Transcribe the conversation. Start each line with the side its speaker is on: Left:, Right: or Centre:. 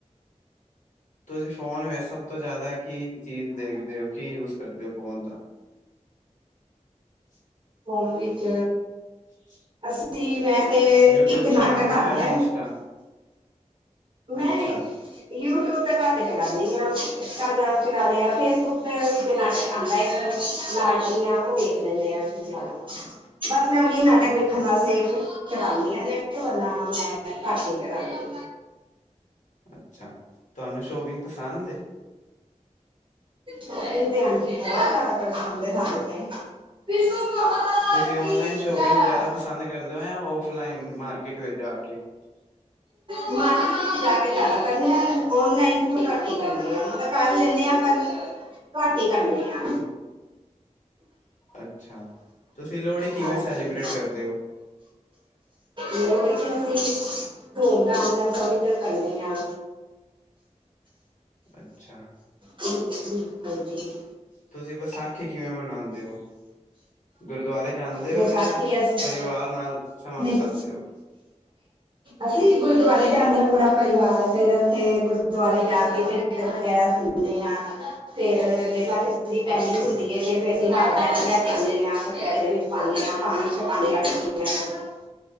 Left: ਤੁਸੀ ਫੋਨ ਵਿਚ ਸਭ ਤੋਂ ਜ਼ਿਆਦਾ ਕੀ ਚੀਜ਼ ਦੇਖਦੇ ਹੋ, ਕੀ ਯੂਜ ਕਰਦੇ ਹੋ ਫੋਨ ਦਾ। <unintelligible>
Right: ਫੋਨ ਵਿੱਚ
Left: <unintelligible>
Right: ਅਸੀਂ ਮੈਂ ਤੇ
Left: ਯੂਟਿਊਬ
Right: ਇੱਕ
Left: ਚਲਾਉਂਦੇ
Right: ਨਾਟਕ
Left: ਹੋ
Right: ਆਉਂਦਾ।
Left: ਜਾਂ ਇੰਸਟਾ
Right: ਮੈਂ
Left: ਅੱਛਾ
Right: ਵੀ, ਯੂਟੀਊਬ ਘੱਟ ਚਲਾਣੀ ਆਂ। ਇੰਸਟਾਗਰਾਮ ਚਲਾ ਲਿਆ ਫੇਸਬੁੱਕ ਤੇ ਨਾਟਕ ਆਉਂਦਾ ਇੱਕ। ਲਾਡਲੀਆਂ ਉਹ ਵੇਖ ਲੈਂਦੇ ਆ ਅਸੀ ਜ਼ਿਆਦਾ। ਬਸ ਮੈਂ ਉਹੀ ਨਾਟਕ
Left: ਅੱਛਾ
Right: ਵੇਖਣ ਵਾਸਤੇ ਫੇਰ ਕਰਾਣੀ ਆਂ, ਗੇਟ ਵਰਣਾ ਮੈਂ ਘੱਟ ਕਰਾਣੀ ਆਂ।
Left: ਅੱਛਾ, ਤੁਹਾਨੂੰ ਸ਼ੋਪਿੰਗ ਪਸੰਦ ਐ।
Right: ਕੱਦੂ ਭੈਨ ਜੀ ਬਹੁਤ ਜ਼ਿਆਦਾ ਪ੍ਰਸ਼ਦ ਹੋ ਸਾਨੂੰ ਤੇ। ਮਹਾਰਾਜ
Left: ਤੁਸੀਂ ਓਨਲਾਈਨ
Right: ਕੀ
Left: ਸ਼ੋਪਿੰਗ
Right: ਜੈ
Left: ਜ਼ਿਆਦਾ ਪਸੰਦ ਕਰਦੇ ਹੋ, ਜਾਂ ਔਫਲਾਈਨ ਮਾਰਕੀਟ ਵਿੱਚ ਜਾਂ ਕੇ? <unintelligible>
Right: ਮਾਰਕੀਟ ਵਿੱਚ ਜਾ ਕੇ ਜ਼ਿਆਦਾ ਕਰਨ ਆ, ਆਨਲਾਈਨ ਘੱਟ ਹੀ ਕਰਨੇ ਆ, ਮਤਲਬ ਕਰ ਲੈਂਦੇ ਆ ਪਰ। ਘਟ ਹੀ, ਕਰਨੇ ਆਂ।
Left: ਅੱਛਾ, ਤੁਸੀਂ ਲੋਹੜੀ ਕਿਵੇਂ
Right: ਹਾਂਜੀ
Left: ਸੈਲੀਬ੍ਰੇਟ ਕਰਦੇ ਹੋ?
Right: ਲੋੜੀ ਤਾ, ਅਸੀਂ ਧੂਮ ਧਾਮ ਨਾਲ ਸਾਰੇ ਜਣ ਕਰਨੇ ਆ।
Left: ਅੱਛਾ।
Right: ਹਾਂਜੀ।
Left: ਤੁਸੀਂ ਵਸਾਖੀ ਕਿਵੇਂ ਮਨਾਉਂਦੇ ਹੋ? ਗੁਰਦੁਆਰੇ ਜਾਂਦੇ
Right: ਵਿਸਾਖੀ
Left: ਹੇ, ਯਾਂ
Right: ਅਸੀਂ
Left: ਪਰਿਵਾਰ ਨਾਲ ਸਮਾਂ
Right: ਨਹੀਂ
Left: ਬਿਤਾਉਂਦੇ ਹੋ?
Right: ਅਸੀਂ ਗੁਰਦੁਆਰੇ ਜਾਂਨੇ ਹਾਂ, ਪੂਰਾ ਪਰਿਵਾਰ ਫੇਰ ਤੇ ਗੁਰਦੁਆਰੇ ਜਾ ਕੇ ਕੀਰਤਨ ਵਗੇਰਾ ਸੁਣਦੇ ਆਂ ਫੇਰ ਜਾ ਜੀ ਪਹਿਲੀ
Left: ਅੱਛਾ
Right: ਹੁੰਦੀ ਹੈ, ਤੇ ਫੇਰ ਹਾਰ ਜਾਨੇ। ਪਾਂਦੇ ਹਾਂ, ਪਪੈਲੇ ਵਿੱਚ ਪਾਉਂਦੇ ਹਾਂ, ਪਾਣੀ ਚ ਪਾਉਂਦੇ ਹਾਂ। ਹੂੰ।